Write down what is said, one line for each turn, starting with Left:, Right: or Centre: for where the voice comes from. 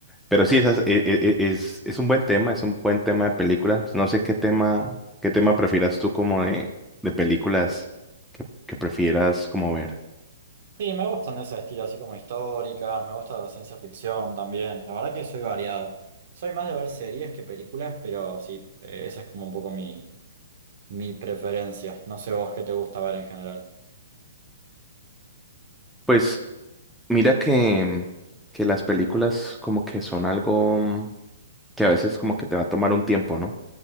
Centre: Pero sí, esas, e- e- e- es, es un buen tema, es un buen tema de películas. No sé qué tema, qué tema prefieras tú como de, de películas que prefieras como ver.
Right: Sí, me gustan de ese estilo, así como históricas, me gusta la ciencia ficción también. La verdad que soy variado. Soy más de ver series que películas, pero sí, eh, esa es como un poco mi, mi preferencia. No sé vos qué te gusta ver en general.
Centre: Pues mira que, mm, que las películas como que son algo mm, que a veces como que te va a tomar un tiempo, ¿no?